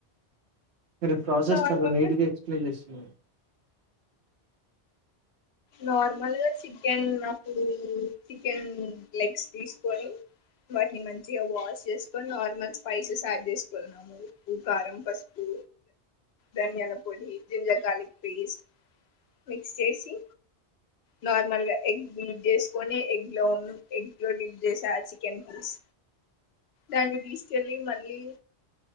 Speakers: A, on the right; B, on the left.
A: మీరు ఈ ప్రాసెస్
B: నార్మల్గా
A: చాలా నీట్గా ఎక్స్ప్లెయిన్ చేస్తున్నారు
B: నార్మల్గా చికెన్ అప్పుడు చికెన్ లెగ్స్ తీసుకొని వాటిని మంచిగా వాష్ చేసుకొని నార్మల్ స్పైసెస్ యాడ్ చేసుకున్నాము ఉప్పు కారం పసుపు ధనియాల పొడి జింజర్ గార్లిక్ పేస్ట్ మిక్స్ చేసి నార్మల్గా ఎగ్ ప్ చేసుకొని ఎగ్ లో ఎగ్ లో డిప్ చేసా చికెన్ పీస్ దాన్ని తీసుకెళ్ళి మళ్ళీ